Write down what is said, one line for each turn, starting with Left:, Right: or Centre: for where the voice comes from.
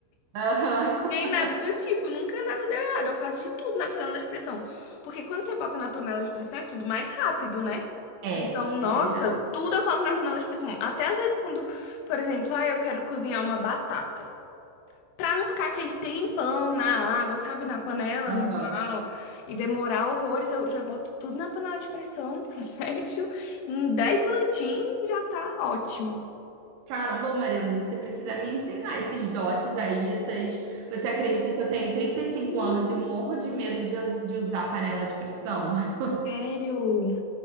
Right: Aham.
Left: Nem nada do tipo, nunca nada deu errado. Eu faço de tudo na panela de pressão. Porque quando você bota na panela de pressão é tudo mais rápido, né?
Right: É,
Left: Então, nossa,
Right: é verdade.
Left: tudo eu coloco na panela de pressão. Até às vezes quando, por exemplo, ah, eu quero cozinhar uma batata. Pra não ficar aquele tempão na água, sabe? Na panela
Right: Aham.
Left: normal e demorar horrores, eu já boto tudo na panela de pressão, <laughs> fecho. Em 10 minutinhos já tá ótimo.
Right: Caramba, Maria Luísa, você precisa me ensinar esses dotes aí, essas... Você acredita que eu tenho trinta e cinco
Left: Sim.
Right: anos e morro de medo de, us- de usar panela de pressão? <laughs>
Left: Sério?